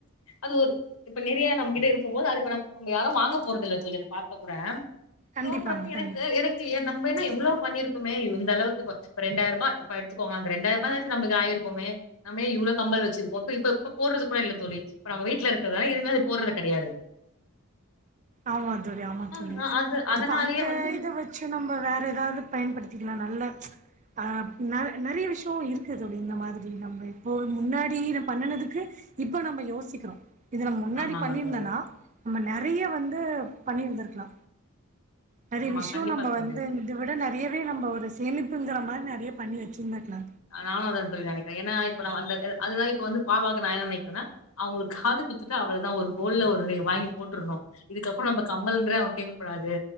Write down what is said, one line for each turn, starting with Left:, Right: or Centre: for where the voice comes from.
Left: அது ஒரு இப்ப நெறைய நம்ம கிட்ட இருக்கும் போது அது இப்ப ந நம்ம யாரு வாங்க போறதில்ல தோழி அத பாத்து கூட
Right: கண்டிப்பாங்க
Left: சோக்குறப்ப எனக்கு
Right: கண்டிப்பா
Left: எனக்கு ஏ நம்ம என்ன இவ்ளோ பண்ணிருக்குமே இந்த அளவுக்கு இப்ப ரெண்டாயிர ரூபா எடுத்துக்கோங்க அந்த ரெண்டாயிர ரூபாச்சு நம்மக்கு ஆயிருக்கோமே நம்மே இவ்ளோ கம்மல் வச்சிருக்கோ இப்ப இப்ப இப்ப போறது கூட இல்ல தோழி இப்ப நம்ப வீட்ல இருக்கறனால எதுவுமே அது போர்றது கெடையாது
Right: ஆமா தோழி ஆமா
Left: ஆ
Right: தோழி
Left: அது அதனாலயே
Right: இப்ப அந்த
Left: வந்து
Right: இத வச் சு நம்ம வேற ஏதாவது பயன்படுத்திக்கலா நல்ல அ ந நறைய விஷயோ இருக்கு தோழி இந்த மாதிரி நம்ம இப்போ முன்னாடி நா பண்ணனதுக்கு இப்ப நம்ம யோசிக்கிறோ இது நம்ம முன்னாடி
Left: ஆமாங்க
Right: பண்ணியிருந்தனா
Left: தோழி
Right: நம்ம நறைய வந்து பண்ணியிருந்திருக்லா நறைய
Left: ஆமா
Right: விஷயோ
Left: கண்டிப்பா
Right: நம்ம
Left: தோழி
Right: வந்து இத விட நறையவே நம்ம ஒரு சேமிப்புங்கிற மாரி நறைய பண்ணி வச்சிருந்துக்லா
Left: ஆ நானு அதா தோழி நெனைக்கற ஏன்னா இப்ப நா அந்த அது தா இப்ப வந்து பாபாக்கு நா என்ன நெனைக்கிறன்னா அவுங்களுக்கு காது குத்துட்ட அவ்ளோதா ஒரு கோல்ல ஒரு வாங்கி போட்டுருணு இதுக்கப்றோ நம்ம கம்மல்ன்றே அவன் கேட்க கூடாது